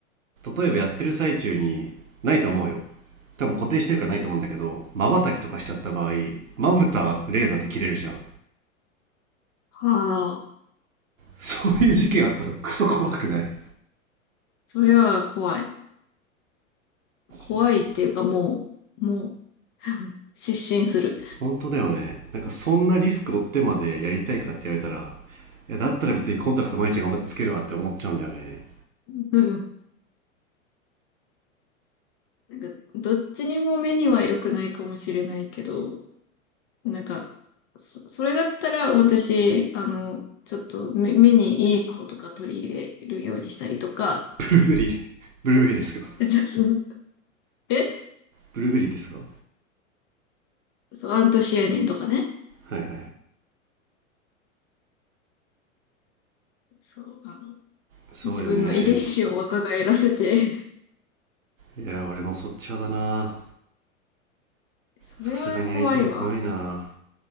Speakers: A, on the right (about 70°); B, on the left (about 20°).
A: 例えばやってる最中にないと思うよ多分固定してるからないと思うんだけどまばたきとかしちゃった場合まぶたレーザーって切れるじゃん
B: うん。はあ。
A: そういう事件あったら <laughs> クソ怖くない
B: それは怖い。怖いっていうかもう、
A: 怖い。
B: もう、失神する。
A: 本当だよねなんかそんなリスク負ってまでやりたいかって言われたらいやだったら別にコンタクト毎日頑張ってつけるわって思っちゃうんだよね
B: うん。なんか、どっちにも目には良くないかもしれないけど、なんか、そ、それだったら私、あの、ちょっと目、目にいいものとか取り入れるようにしたりとか、
A: ブルーベリー <laughs> ブルーベリーですか
B: <laughs> ちょっと、え
A: ブルーベリーですかは
B: そう、アントシアニンとかね。
A: いはいはい
B: そう、あの、
A: そうよね
B: 自分の遺伝子を若返らせて、
A: いや俺もそっち派だな
B: <laughs> それは怖いわ。
A: さすがにアイシェル怖いな